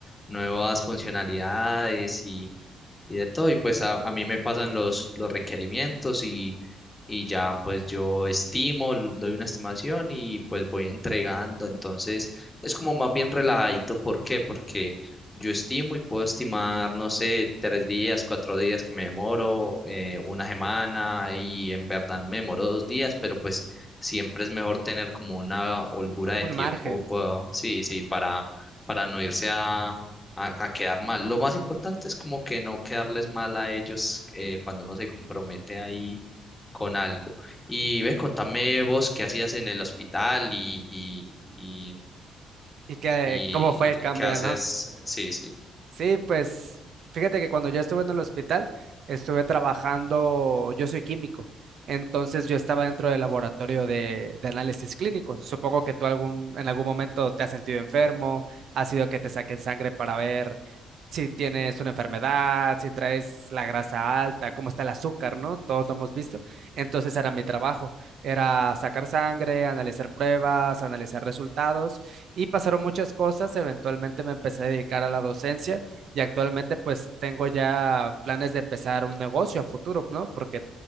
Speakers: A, on the left (about 15°); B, on the right (about 65°).
A: nuevas funcionalidades y de todo. Y pues a, a mí me pasan los, los requerimientos y, y ya pues yo estimo, l- doy una estimación y pues voy entregando. Entonces es como más bien relajadito. ¿Por qué? Porque yo estimo y puedo estimar, no sé, tres días, cuatro días que me demoro, eh, una semana y en verdad me demoro dos días, pero pues siempre es mejor tener como una holgura de tiempo,
B: Un margen.
A: puedo- sí, sí, para, para no irse a a, a quedar mal. Lo más importante es como que no quedarles mal a ellos eh, cuando uno se compromete ahí con algo. Y ve, contame vos qué hacías en el hospital y, y,
B: ¿Y que
A: y,
B: cómo fue el cambio,
A: y qué haces.
B: no?
A: Sí, sí.
B: Sí, pues fíjate que cuando yo estuve en el hospital, estuve trabajando, yo soy químico, entonces yo estaba dentro del laboratorio de, de análisis clínico. Supongo que tú algún, en algún momento te has sentido enfermo, ha sido que te saquen sangre para ver si tienes una enfermedad, si traes la grasa alta, cómo está el azúcar, ¿no? Todos lo hemos visto. Entonces era mi trabajo, era sacar sangre, analizar pruebas, analizar resultados y pasaron muchas cosas. Eventualmente me empecé a dedicar a la docencia y actualmente pues tengo ya planes de empezar un negocio a futuro, ¿no? Porque